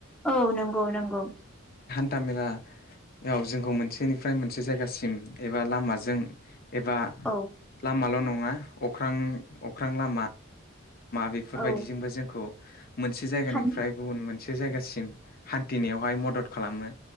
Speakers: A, in the centre; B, on the left.
A: औ नंगौ नंगौ।
B: दा बेहा ओ जोंखौ मोनसेनिफ्राय मोनसे जायगासिम एबा लामाजों एबा
A: औ
B: लामाल' न नङा अख्रां बेफोरबायदिजोंबो
A: औ
B: जोंखौ मोनसे जायगानिफ्राय
A: हान
B: गुबुन मोनसे जायगासिम हान्थिनायावहाय मदद खालामो।